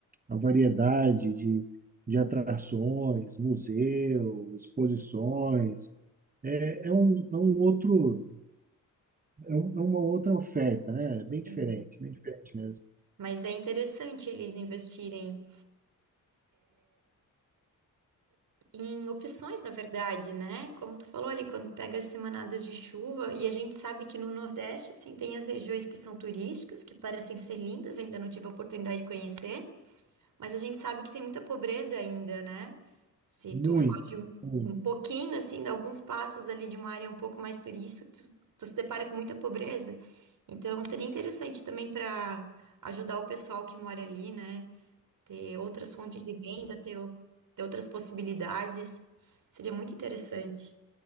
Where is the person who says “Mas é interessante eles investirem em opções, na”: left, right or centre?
Right